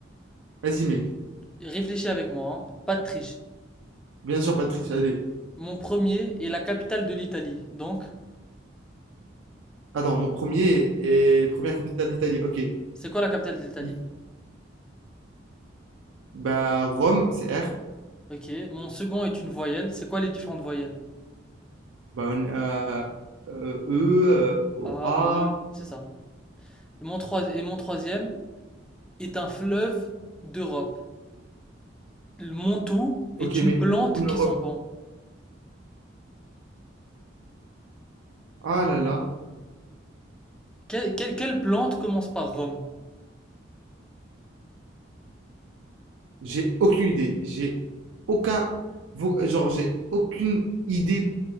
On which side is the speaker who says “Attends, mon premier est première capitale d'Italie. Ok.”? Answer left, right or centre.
Right